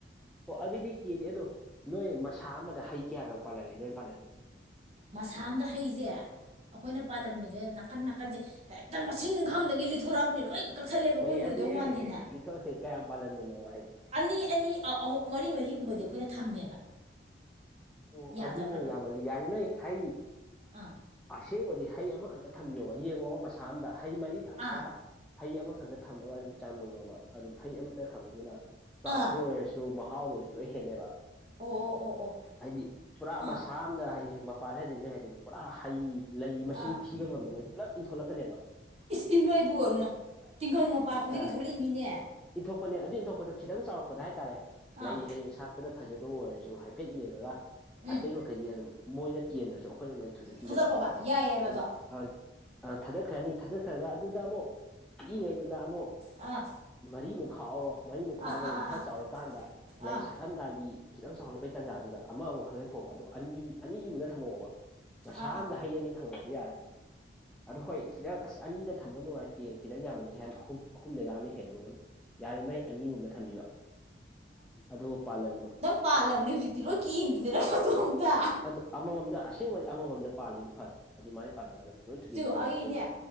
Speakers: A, in the centre; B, on the right.
A: ꯑꯣ ꯑꯗꯨꯗꯤ ꯀꯦꯟꯅꯤ ꯑꯗꯣ ꯅꯣꯏ ꯃꯁꯥ ꯑꯃꯗ ꯍꯩ ꯀꯌꯥꯒ ꯄꯥꯜꯍꯜꯂꯤ ꯅꯣꯏꯅ ꯄꯥꯜꯍꯜꯂꯤꯗꯣ
B: ꯃꯁꯥ ꯑꯝꯗ ꯍꯩꯖꯦ ꯑꯈꯣꯏꯅ ꯄꯥꯜꯍꯟꯕꯖꯦ
A: ꯑꯥ
B: ꯀꯟ ꯅꯥꯀꯟꯖꯦ ꯍꯦꯛꯇ ꯃꯁꯤꯡ ꯈꯪꯗꯉꯩ ꯂꯤꯊꯣꯔꯛꯑꯕꯅꯤ ꯂꯣꯏ ꯀꯛꯊꯠꯂꯦꯕ ꯑꯩꯈꯣꯏꯅ
A: ꯍꯣꯏ
B: ꯑꯣꯏꯗꯧ
A: ꯑꯗꯨꯅꯦ
B: ꯃꯥꯟꯗꯦꯅ
A: ꯑꯩ ꯍꯪꯏꯖꯦ ꯂꯤꯊꯣꯔꯛꯀꯦ ꯀꯌꯥꯝ ꯄꯥꯜꯍꯟꯕꯅꯣ ꯍꯩꯖꯦ
B: ꯑꯅꯤ ꯑꯅꯤ ꯑꯍꯨꯝ ꯃꯔꯤ ꯃꯔꯤꯒꯨꯝꯕꯗꯤ ꯑꯈꯣꯏꯅ ꯊꯝꯃꯦꯕ
A: ꯑꯣ
B: ꯌꯥꯗꯕ꯭ꯔꯕ
A: ꯑꯗꯨꯕꯧ ꯌꯥꯝꯃꯜꯂꯤ ꯌꯥꯔꯤꯃꯩ ꯍꯩ
B: ꯑꯥ
A: ꯑꯁꯦꯡꯕꯗꯤ ꯍꯩ ꯑꯝꯈꯛꯇ ꯊꯝꯕꯤꯌꯣꯕ ꯌꯦꯡꯉꯣꯕ ꯃꯁꯥ ꯑꯝꯗ ꯍꯩ ꯃꯔꯤ ꯊꯝꯕꯥꯒ
B: ꯑꯥ
A: ꯍꯩ ꯑꯃꯈꯛꯇ ꯊꯝꯃꯒ ꯑꯗꯨꯝ ꯆꯥꯡꯗꯝꯅꯧꯕ ꯑꯗꯨꯝ ꯍꯩ ꯑꯃꯇ ꯊꯝꯕꯗꯨꯅ ꯆꯥꯎꯕ
B: ꯑꯥ
A: ꯑꯣꯏꯔꯁꯨ ꯁꯨ ꯃꯍꯥꯎꯗꯣ ꯑꯣꯏꯔꯁꯨ ꯂꯣꯏ ꯍꯦꯟꯅꯤꯕ
B: ꯑꯣ ꯑꯣ ꯑꯣ ꯑꯣ
A: ꯍꯥꯏꯗꯤ ꯄꯨꯔꯥ
B: ꯑꯥ
A: ꯃꯁꯥ ꯑꯝꯗ ꯍꯥꯏꯗꯤ ꯃꯄꯥꯟ ꯍꯥꯏꯗꯣꯗꯤ ꯅꯣꯏ ꯍꯥꯏꯗꯨꯗꯤ ꯄꯨꯔꯥ ꯍꯩ ꯂꯩ ꯃꯁꯤꯡ
B: ꯑꯥ
A: ꯊꯤꯕ ꯉꯝꯗꯃꯩ ꯄꯨꯂꯞ ꯏꯟꯊꯣꯂꯛꯀꯅꯦꯕ
B: ꯏꯁ ꯏ ꯅꯣꯏꯕꯨ ꯇꯤꯡꯈꯪ ꯃꯄꯥ ꯈꯨꯗꯤꯡꯒꯤ
A: ꯑ
B: ꯊꯣꯛꯂꯛꯏ ꯃꯤꯅꯦ
A: ꯏꯟꯊꯣꯛꯄꯅꯦ ꯑꯗꯨ ꯏꯟꯊꯣꯛꯄꯗꯣ ꯈꯤꯇꯪ ꯆꯥꯎꯔꯛꯄꯗ ꯍꯥꯏꯇꯥꯔꯦ
B: ꯑꯥ
A: ꯂꯩ ꯍꯌꯦꯡ ꯁꯥꯠꯄꯗ ꯐꯖꯗꯧꯕ ꯑꯣꯏꯔꯁꯨ ꯍꯥꯏꯐꯦꯠ ꯌꯦꯡꯉꯒ
B: ꯎꯝ
A: ꯑꯇꯩ ꯃꯈꯩꯗꯤ ꯑꯗꯨꯝ ꯃꯣꯏꯅ ꯀꯦꯟꯗ꯭ꯔꯁꯨ ꯑꯩꯈꯣꯏꯅ ꯂꯣꯏꯅ ꯊꯨꯗꯦꯛꯄꯤꯒꯗꯕ
B: ꯊꯥꯗꯠꯂꯣꯕ ꯌꯥꯏꯌꯦꯕ
A: ꯑꯗꯨꯒ
B: ꯑꯗꯣ
A: ꯑꯪꯪ ꯊꯥꯗꯠꯈ꯭ꯔꯅꯤ ꯊꯥꯗꯠꯈ꯭ꯔꯒ ꯑꯗꯨꯗ ꯑꯃꯨꯛ ꯄꯤꯛꯏꯉꯩꯗꯨꯗ ꯑꯃꯨꯛ
B: ꯑꯥ
A: ꯃꯔꯤꯃꯨꯛ ꯈꯥꯛꯍꯧꯔꯣ ꯃꯔꯤꯃꯨꯛ ꯈꯥꯛꯍꯧ
B: ꯑꯥ
A: ꯕꯗꯩꯩ
B: ꯑꯥ ꯑꯥ
A: ꯈꯔ
B: ꯑꯥ
A: ꯆꯥꯎꯔꯀꯥꯟꯗ
B: ꯑꯥ
A: ꯂꯩ ꯁꯥꯠꯂꯝꯗꯥꯏꯒꯤ ꯈꯤꯇꯪ ꯆꯥꯎꯈꯠꯂꯛꯄꯩ ꯇꯥꯟꯖꯥꯗꯨꯗ ꯑꯃ ꯃꯨꯛ ꯈꯜꯂ ꯀꯥꯀꯣꯕꯥ ꯑꯗꯣ ꯑꯅꯤ ꯑꯅꯤꯒꯨꯝꯕꯗ ꯊꯝꯍꯧꯑꯣꯕ ꯃꯁꯥ
B: ꯑꯥ ꯑꯥ
A: ꯑꯝꯗ ꯍꯩ ꯑꯅꯤ ꯊꯝꯍꯧꯔꯗꯤ ꯌꯥꯔꯦ ꯑꯗꯣ ꯍꯣꯏ ꯈꯤꯇꯪ ꯑꯁ ꯑꯅꯤꯗ ꯊꯝꯕ ꯅꯨꯡꯉꯥꯏꯇꯦ ꯈꯤꯇꯪ ꯌꯥꯝꯍꯟꯒꯦ ꯍꯥꯏꯅ ꯑꯍꯨꯝ ꯑꯍꯨꯝꯗꯩ ꯒꯗꯤ ꯍꯦꯜꯂꯨꯔꯅꯨ ꯌꯥꯔꯤꯃꯩ ꯑꯅꯤꯒꯨꯝꯕ ꯊꯝꯕꯤꯕ ꯑꯗꯨ ꯄꯥꯜꯍꯜꯂꯣ
B: ꯄꯥꯜꯂꯕꯅꯦ ꯍꯧꯖꯤꯛꯇꯤ ꯂꯣꯏ ꯀꯦꯟꯒꯤꯗꯅ ꯃꯇꯣꯝꯇ
A: ꯑꯗꯨ ꯑꯃꯃꯝꯗ ꯑꯁꯦꯡꯕꯗꯤ ꯑꯃꯃꯝꯗ ꯄꯥꯜꯂꯤꯗꯨ ꯐꯔꯝ ꯑꯗꯨꯃꯥꯏꯅ ꯄꯥꯜꯍꯟꯒꯗꯝꯅꯤ ꯂꯣꯏ ꯊꯨꯗꯦꯛꯀꯗꯝꯅꯤ
B: ꯇꯨ ꯑꯩꯅꯦ
A: ꯑꯁꯦꯡꯕꯗꯤ